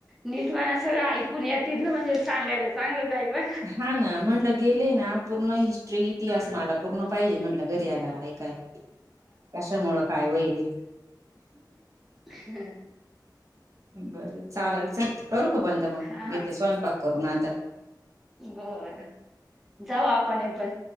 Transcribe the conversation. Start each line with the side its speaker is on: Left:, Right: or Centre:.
Centre: नीटवाना सगळं ऐकून या तिथलं, म्हणजे सांगायला चांगलं जाईल म्ह ना.
Right: हा, ना, म्हणलं गेले ना पूर्ण हिस्ट्री, इतिहास मला पूर्ण पाहिजे म्हणलं, घरी आल्या ऐकायला. कशामुळं काय होईल?
Centre: ह,
Right: बरं चालेल चल करू का बंद मग?
Centre: हा
Right: घेते स्वयंपाक करूनग आता.
Centre: बर, जाऊ आपण हे पण.